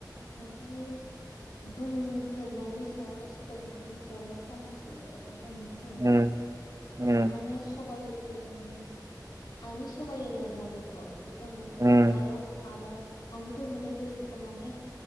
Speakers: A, on the left; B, on the right.
A: नोंथांनि बुंफोरनायनि सायावनो सबबाय ओंख्रिनि सायावनो फंनैसो बुं सेै
B: उम उम
A: माने सबाइ मोजां हानि सहायोनो आरोना बेखौ जोङो
B: उम
A: हायाव माबा हानिफ्राय मोननाय जायो बेखौ माने